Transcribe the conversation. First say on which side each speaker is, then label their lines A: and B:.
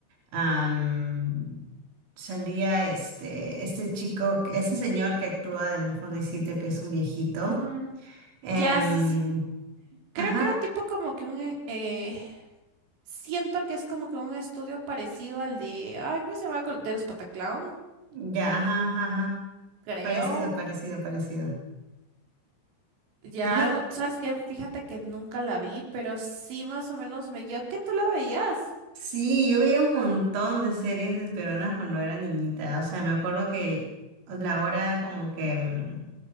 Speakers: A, on the right (about 80°); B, on the right (about 60°).
A: Am, salía este, este chico, que- este señor que actúa en el fondo del sitio, que es un viejito.
B: Ujú,
A: Em,
B: Ya, sí, sí, creo
A: ajá,
B: que era tipo como que un... eh, eh, siento que es como que un estudio parecido al de... Ay, ¿cómo se llama? Col- De los Pataclown,
A: ya, ajá, ajá, ajá.
B: creo.
A: Parecido, parecido, parecido.
B: Ya
A: Ajá.
B: algo, ¿sabes qué? Fíjate que nunca la vi, pero sí más o menos me guió que tú la veías.
A: Sí, yo veía un montón de series de peruanas cuando era niñita. O sea, me acuerdo que la hora como que, mm,